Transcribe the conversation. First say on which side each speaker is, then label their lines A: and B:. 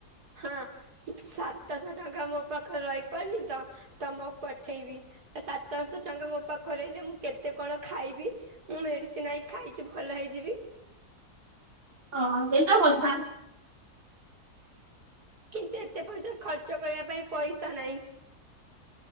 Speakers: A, on the right; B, on the right.
A: ହଁ ସାତଶହ ଟଙ୍କା ମୋ ପାଖରେ ରହିପାରୁନି ତ ତମକୁ ପଠେଇବି ସାତଶହ ଟଙ୍କା ମୋ ପାଖରେ ରହିଲେ ମୁଁ କେତେ କଣ ଖାଇବି। ମୁଁ ମେଡିସିନ ଆଇ ଖାଇକି ଭଲ ହେଇଯିବି।
B: ହଁ ଏଇତ କଥା।
A: କିନ୍ତୁ ଏତେ ପଇସା ଖର୍ଚ୍ଚ କରିବା ପାଇଁ ପଇସା ନାହିଁ।